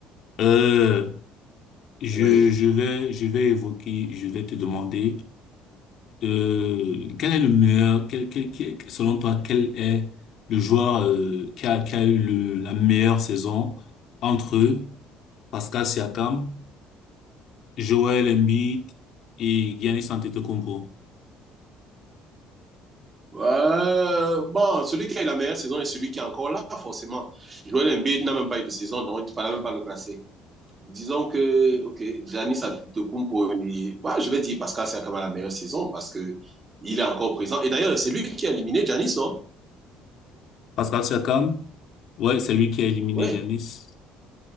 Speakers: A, on the left; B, on the right.
A: euh, je,
B: Oui.
A: je vais, je vais évoquer, je vais te demander, euh, quel est le meilleur, quel, quel, quel- selon toi, quel est le joueur, euh, qui a, qui a eu le, la meilleure saison entre Pascal Siakam, Joel Embiid et Giannis Antetokounmpo.
B: Euh, bon, celui qui a eu la meilleure saison est celui qui est encore là, forcément. Joel Embiid n'a même pas eu de saison, donc il ne fallait même pas le classer. Disons que, OK, Giannis Antetokounmpo, il- bah, je vais dire Pascal Siakam a la meilleure saison parce que il est encore présent. Et d'ailleurs, c'est lui qui a éliminé Giannis, non?
A: Pascal Siakam, ouais, c'est lui qui a éliminé
B: Oui.
A: Giannis.